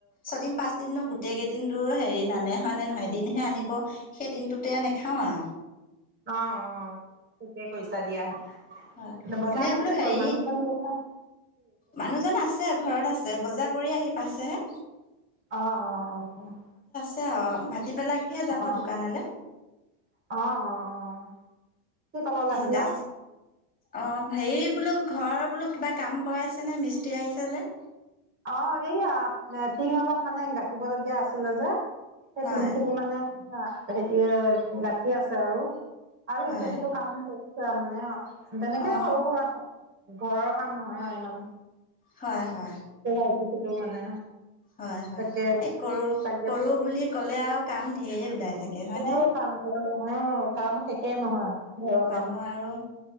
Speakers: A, on the left; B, on the right.
A: ছদিন পাঁচদিননো গোটেই কেইদিনতো হেৰি নানে, হয় নে নহয়, এদিন হে আনিব, সেই দিনটোতে নাখাওঁ আৰু
B: অ'অ'ঠিকেই কৰিছা দিয়া।
A: হয়
B: বজাৰলে
A: এনে বোলো
B: কোন
A: হেৰি
B: গ'ল, মানুহ জন গ'ল নে?
A: মানুহজন আছে, ঘৰত আছে, বজাৰ কৰি আহি পাইছেহে।
B: অ' অ' অ'।
A: অ', ভাটি বেলাকেহে যাব
B: অ
A: দোকানলে?
B: অ অ অ'। কি ক'ব ওলাইছিলা
A: তিনটা, অ', হেৰি বোলো ঘৰ বোলো কিবা কাম কৰাইছেনে মিস্ত্ৰী আহিছে যে?
B: অ', এইয়া এ, টিং অলপ মানে গাঁঠিবলগীয়া আছিলে যে। সেই
A: হয়
B: টিংখিনি মানে এয়া হেৰি এ-গাঁঠি আছে আৰু। আৰু
A: হয়
B: ইটো, সিটো কাম কৰিছে মানে, তেনেকে
A: অ
B: সৰু সুৰা কাম ঘৰৰ কাম নহয় আৰু ইমান।
A: হয়, হয়।
B: ইটো-সিটো মানে
A: হয় হয়,
B: তাকে
A: এই কৰো,
B: কালি
A: কৰো
B: পৰা
A: বুলি ক'লে আৰু কাম ঢেৰ ওলাই থাকে হয়
B: ঘৰৰ
A: নে?
B: কাম ঘৰৰ অ কাম শেষেই নহয় ঘৰৰ
A: মানুহৰ
B: কাম
A: আৰু